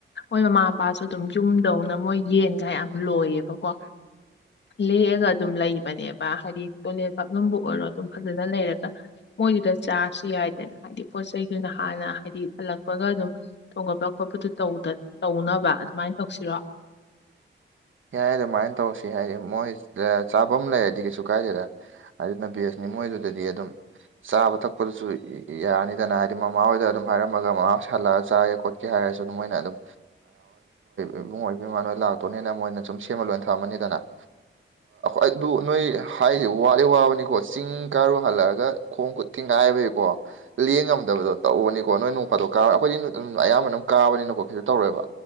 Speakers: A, on the left; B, on the right.
A: ꯃꯣꯏ ꯃꯃꯥ ꯃꯄꯥꯁꯨ ꯑꯗꯨꯝ ꯌꯨꯝꯗꯧꯅ ꯃꯣꯏ ꯌꯦꯟꯒ ꯌꯥꯝ ꯂꯣꯏꯌꯦꯕꯀꯣ ꯂꯦꯛꯑꯒ ꯑꯗꯨꯝ ꯂꯩꯕꯅꯦꯕ ꯍꯥꯏꯗꯤ ꯀꯣꯂꯦꯟ ꯄꯞꯅꯅꯨꯡꯕꯨ ꯑꯣꯏꯔꯣ ꯑꯗꯨꯝ ꯐꯖꯅ ꯂꯩꯔꯒ ꯃꯣꯏꯗꯨꯗ ꯆꯥꯔꯁꯨ ꯌꯥꯏꯗꯅ ꯍꯥꯏꯗꯤ ꯄꯣꯠ ꯆꯩꯗꯨꯅ ꯍꯥꯟꯅ ꯍꯥꯏꯗꯤ ꯍꯜꯂꯛꯄꯒ ꯑꯗꯨꯝ ꯊꯣꯡꯒꯠꯄ ꯈꯣꯠꯄ ꯇꯧꯅꯕ ꯑꯗꯨꯃꯥꯏꯅ ꯇꯧꯁꯤꯔꯣ
B: ꯌꯥꯏ ꯑꯗꯨꯃꯥꯏꯅ ꯇꯧꯁꯤ ꯍꯥꯏꯔ ꯃꯣꯏ ꯆꯥꯐꯝ ꯑꯃ ꯂꯩꯔꯗꯤ ꯀꯩꯁꯨ ꯀꯥꯏꯗꯦꯗ ꯑꯗꯨꯅ ꯕꯦꯁ ꯃꯣꯏꯗꯨꯗꯗꯤ ꯑꯗꯨꯝ ꯆꯥꯕ ꯊꯛꯄꯗꯨꯁꯨ ꯌꯥꯅꯤꯗꯅ ꯍꯥꯏꯗꯤ ꯃꯃꯥ ꯍꯣꯏꯗ ꯑꯗꯨꯝ ꯍꯥꯏꯔꯝꯃꯒ ꯃꯃꯥ ꯍꯜꯂꯛꯑꯒ ꯆꯥꯒꯦ ꯈꯣꯠꯀꯦ ꯍꯥꯏꯔ ꯑꯗꯨꯝ ꯃꯣꯏꯅ ꯑꯗꯨꯝ ꯏꯕꯨꯡ ꯑꯣꯏ ꯂꯥꯛꯇꯣꯅꯦ ꯃꯣꯏꯅ ꯁꯨꯝ ꯁꯦꯝꯃ ꯂꯣꯏꯅ ꯊꯝꯃꯅꯤꯗꯅ ꯑꯗꯨ ꯅꯣꯏ ꯍꯥꯏꯗꯤ ꯋꯥꯠꯂꯤ ꯋꯥꯕꯅꯤꯀꯣ ꯆꯤꯡ ꯀꯥꯔꯨ ꯍꯜꯂꯛꯑꯒ ꯈꯣꯡ ꯈꯨꯠ ꯊꯤꯡꯉ ꯀꯥꯏꯕꯒꯤꯀꯣ ꯂꯦꯡꯉꯝꯗꯕꯗꯣ ꯇꯧꯕꯅꯤꯀꯣ ꯅꯣꯏ ꯅꯣꯡ ꯐꯥꯗꯣꯛ ꯀꯥꯔ ꯑꯩꯈꯣꯏꯗꯤ ꯑꯌꯥꯝꯕꯅꯝ ꯀꯥꯕꯅꯤꯅꯀꯣ ꯇꯧꯔꯣꯏꯕ